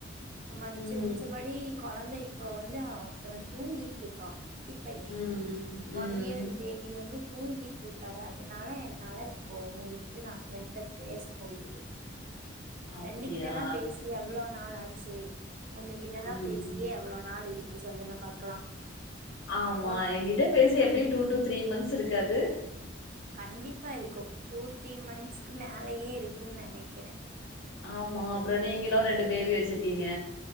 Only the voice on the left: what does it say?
ம்
ம்
ம்
அப்டியா
ம்
ஆமா
எங்கிட்ட. பேசி எப்படியு டூ டூ த்ரீ மந்த்ஸ் இருக்காது.
ஆமா அப்புறோ நீங்களு ரெண்டு பேபி வச்சிருக்கீங்க.